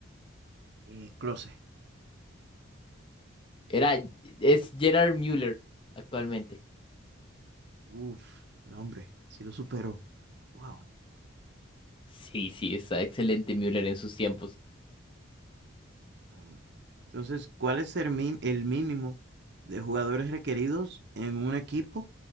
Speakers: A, on the right; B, on the left.
A: Eh, closet.
B: Era, es Gerard Müller actualmente.
A: Uf, no, hombre, sí lo superó. Wow,
B: Sí, sí, está excelente Müller en sus tiempos.
A: hombre. Entonces, ¿cuál es el, min- el mínimo de jugadores requeridos en un equipo